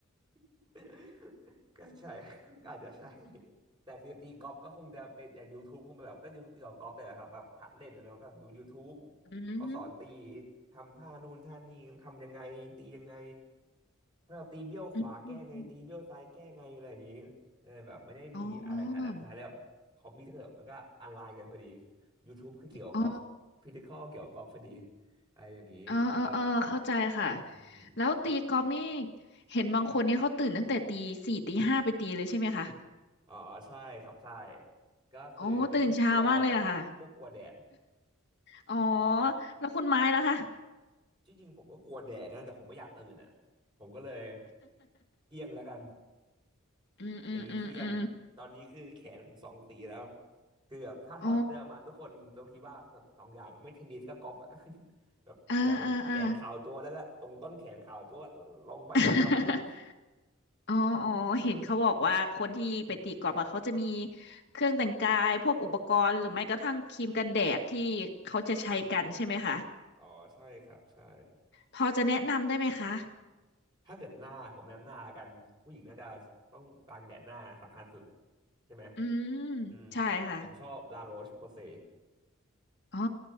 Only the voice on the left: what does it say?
อืม
อืมอืมอืมอ๋อ
อ๋อ
เออเออเออเข้าใจค่ะ
แล้วตีกอล์ฟนี่เห็นบางคนเนี่ยเขาตื่นตั้งแต่ตีสี่ตีห้าไปตีเลยใช่ไหมคะ
โอ้ตื่นเช้ามากเลยอะค่ะอ๋อ
แล้วคุณไม้ล่ะคะ
<laughs> อืมอืมอืมอืม
โอ้
เออเออเออ <laughs> อ๋ออ๋อเห็นเขาบอกว่าคนที่ไปตีกอล์ฟอะเขาจะมีเครื่องแต่งกายพวกอุปกรณ์หรือไม่กระทั่งครีมกันแดดที่เขาจะใช้กันใช่ไหมคะ
พอจะแนะนำได้ไหมคะ
อืม
ใช่ค่ะ
อ๋อ